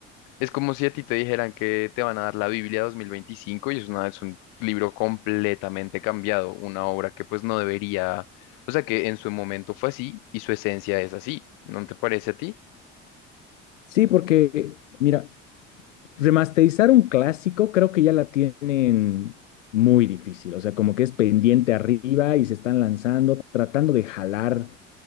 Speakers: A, on the left; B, on the left.
A: es como si a ti te dijeran que te van a dar la Biblia 2025 y es una, es un libro completamente cambiado, una obra que pues no debería, o sea que en su momento fue así y su esencia es así, ¿no te parece a ti?
B: Sí, porque, mira, remasterizar un clásico creo que ya la tienen muy difícil. O sea, como que es pendiente arriba y se están lanzando, tratando de jalar